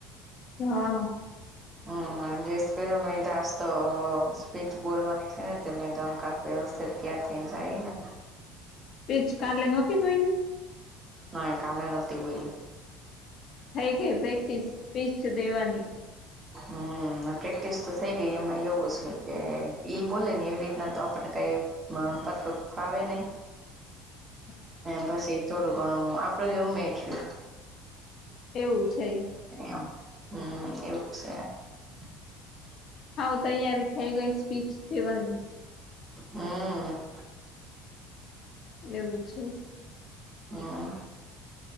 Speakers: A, on the left; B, on the right.
A: હા..
B: હમ જે સ્પેરો મેદાાસ તો સ્પીચ બોલવાની છે ને તે મેદા કા.. વ્યવસ્થિત તૈયાર થઈને જાય ને.
A: એજ કાલે નતી બની,
B: હ કાલે નતી બોલી,
A: થઈ ગઈ પ્રેક્ટિસ સ્પીચ દેવાની,
B: હમ્મ પ્રેક્ટિસ તો થઈ ગઈ એમાં એવું છે કે ઈ બોલે ને એવી રીતના તો આપણને કાઈ, માં પરફેક્ટ ફાવે નહી.
A: <inaudible>
B: બસ એ થોડું ઘણું આપીએ અમે છે.
A: એવું છે ઈમ,
B: એમ હમ્મ એવું છે. <inaudible>
A: હઓ તૈયારી થઈ ગઈ સ્પીચ દેવાની.
B: હં..
A: એવું છે.
B: હા.